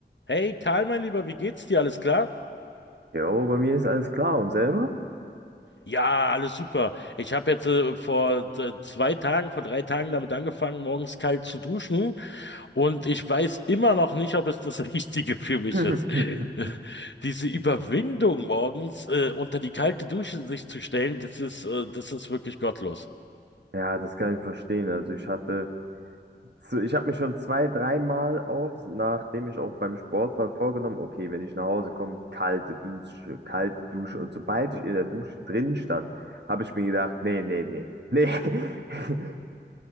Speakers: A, on the left (about 80°); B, on the right (about 70°).
A: Hey Karl, mein Lieber, wie geht's dir? Alles klar?
B: Jo, bei mir ist alles klar und selber?
A: Ja, alles super. Ich habe jetzt äh, vor äh, zwei Tagen, vor drei Tagen damit angefangen, morgens kalt zu duschen und ich weiß immer noch nicht, ob es das <laughs> Richtige für mich
B: <laughs>
A: ist. <laughs> Diese Überwindung morgens äh, unter die kalte Dusche sich zu stellen, das ist, äh, das ist wirklich gottlos.
B: Ja, das kann ich verstehen. Also ich hatte, so- ich habe mir schon zwei, dreimal auch, nachdem ich auch beim Sport war, vorgenommen, okay, wenn ich nach Hause komme, kalte Dusche, kalte Dusche. Und sobald ich in der Dusche drin stand, habe ich mir gedacht, nee, nee, nee, nee. <laughs>